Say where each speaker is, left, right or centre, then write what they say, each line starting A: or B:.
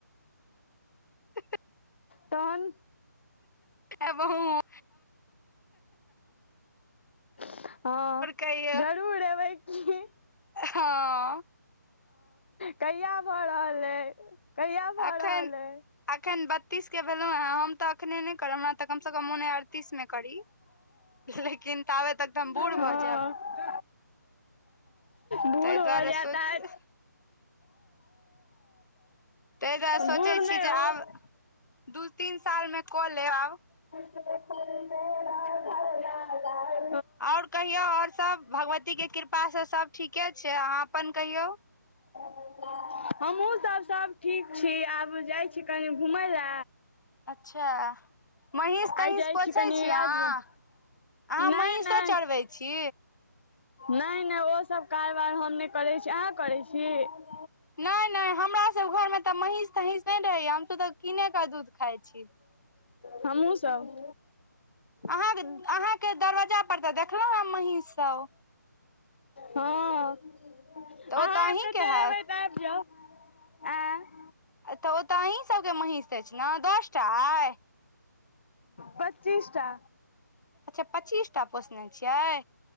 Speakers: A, on the left (about 75°); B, on the left (about 40°).
A: <inaudible>
B: तहन
A: आइ बहु
B: हँअ्
A: कहियौ
B: जरूर एबै की हं
A: हँ
B: कहिया भऽ रहल अइ कहिया भऽ
A: अखन
B: रहल अइ
A: अखन बत्तीस के भेलहुँ ह हम तऽ एखने नै हमरा तऽ कमसँ कम मोन हय अड़तीस में करी लेकिन तावे तक तऽ हम बूढ़
B: हँ
A: भऽ जायब
B: बूढ़
A: तैइ
B: भऽ
A: दुआरे
B: जायत
A: सोचै
B: आइ
A: तैई दुआरे सोचै
B: बूढ़ नहि
A: छी जे
B: हो
A: आब दू तीन सालमे कऽ लेब आब
B: ल <unintelligible>
A: आउर कहियौ आओर सब भगवतीके कृपासँ सभ ठीके छैइ अहाँ अपन कहियौ <unintelligible>
B: हमहूं सब सब ठीक छी आब जाई छी कनि घुमय लए
A: अच्छा महीष तहींष
B: आइ जाइत
A: पोछै
B: छी कनि राजनगर
A: अहाँ अहाँ
B: नहि
A: महीषो
B: नहि
A: चरबै छी
B: नई नई ओसभ कारबार हम नहि करैत छी अहाँ करैत छी।
A: नहि नहि हमरा सभ घरमे तऽ महीस तहींस नहि रहैया हमसभ तऽ कीनेकेऽ दूध खाइत छी
B: हमहूं सब
A: अहाँके अहाँके दरवाजा पर तऽ देखलहुँ ह महीषसभ
B: हँअ् अहाँ
A: तऽ ओ
B: आबिकऽ
A: तऽ अहीँके
B: चलेबै
A: हैत
B: तऽ आबि जाउ आँय
A: तऽ ओ तऽ अहीं सबके महीष अछि ने दस टा अइ
B: पच्चीसटा
A: अच्छा पच्चीस टा पोसने छियै